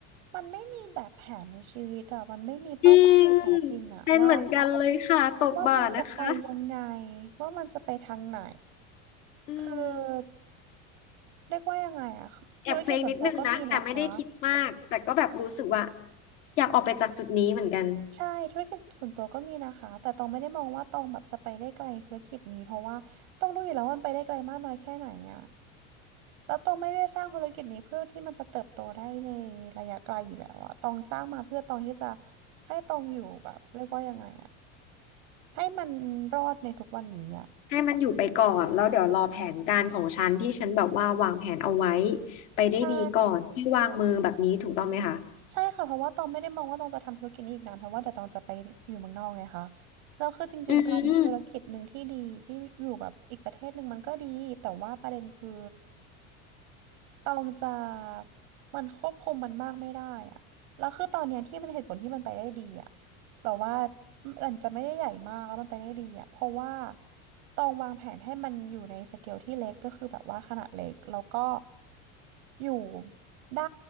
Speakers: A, on the right; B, on the left.
A: มันไม่มีแบบแผนในชีวิตอ่ะมันไม่มีเป้าหมายที่แท้จริงอ่ะว่า
B: จริงเป็นเหมือนกันเลยค่ะตบบ่านะคะ
A: ว่ามันจะไปยังไงว่ามันจะไปทางไหน
B: อืม
A: คือเรียกว่ายังไงอะคือธุรกิจส่วนตัวก็มีนะคะ
B: แอบเพลงนิดนึงนะแต่ไม่ได้คิดมากแต่ก็แบบรู้สึกว่าอยากออกไปจากจุดนี้เหมือนกัน
A: ใช่ธุรกิจส่วนตัวก็มีนะคะแต่ตองไม่ได้มองว่าตองแบบจะไปได้ไกลธุรกิจนี้เพราะว่าต้องรู้อยู่แล้วว่ามันไปได้ไกลมากน้อยแค่ไหนอะแล้วตองไม่ได้สร้างธุรกิจนี้เพื่อที่มันจะเติบโตได้ในระยะไกลอยู่แล้วอะตองสร้างมาเพื่อตองที่จะให้ตองอยู่แบบเรียกว่ายังไงอะให้มันรอดในทุกวันนี้อะ
B: ให้มันอยู่ไปก่อนแล้วเดี๋ยวรอแผนการของฉันที่ฉันแบบว่าวางแผนเอาไว้ไปได้ดีก่อนที่วางมือแบบนี้ถูกต้องไหมคะ
A: ใช่ ใช่ค่ะเพราะว่าตองไม่ได้มองว่าตองจะทำธุรกิจนี้อีกนานเพราะว่าเดี๋ยวตองจะไปอยู่เมืองนอกไงคะแล้วคือจริงๆการมีธุรกิจหนึ่งที่ดีที่อยู่แบบอีกประเทศหนึ่งมันก็ดีแต่ว่าประเด็นคือ
B: อืม
A: ตองจะมันควบคุมมันมากไม่ได้อะแล้วคือตอนเนี้ยที่มันเหตุผลที่มันไปได้ดีอะแบบว่ามันจะไม่ได้ใหญ่มากแล้วมันไปได้ดีอะเพราะว่าตองวางแผนให้มันอยู่ในสเกลที่เล็กก็คือแบบว่าขนาดเล็กแล้วก็อยู่ได้